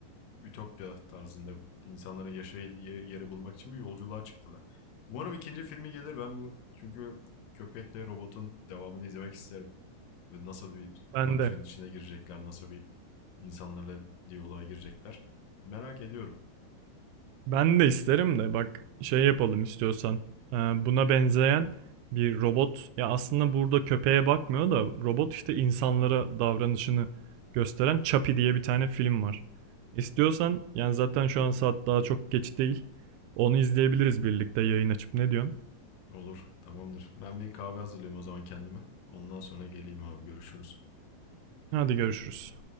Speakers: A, on the left (about 85°); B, on the right (about 85°).
A: ütopya tarzında insanların yaşadığı yeri bulmak için bir yolculuğa çıktılar. Umarım ikinci filmi gelir. Ben bu çünkü köpekle robotun devamını izlemek isterim. Ve nasıl bir
B: Ben
A: aksiyon
B: de.
A: içine girecekler, nasıl bir insanlarla diyaloğa girecekler. Merak ediyorum.
B: Ben de isterim de bak şey yapalım istiyorsan. Ee, Buna benzeyen bir robot ya aslında burada köpeğe bakmıyor da robot işte insanlara davranışını gösteren Chappie diye bir tane film var. İstiyorsan yani zaten şu an saat daha çok geç değil. Onu izleyebiliriz birlikte yayın açıp ne diyorsun?
A: Olur, tamamdır. Ben bir kahve hazırlayayım o zaman kendime. Ondan sonra geleyim abi görüşürüz.
B: Hadi görüşürüz.